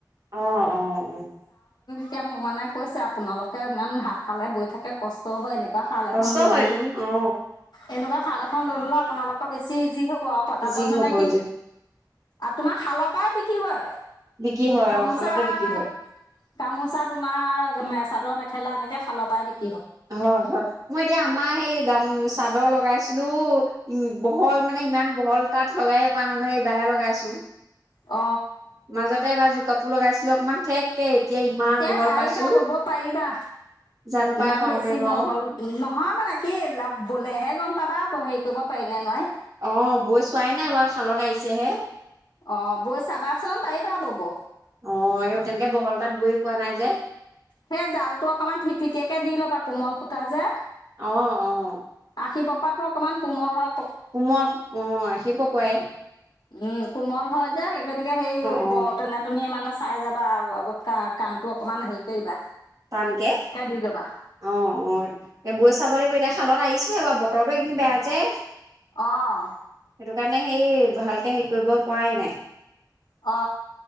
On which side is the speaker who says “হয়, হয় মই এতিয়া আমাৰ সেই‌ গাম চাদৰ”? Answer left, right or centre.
Right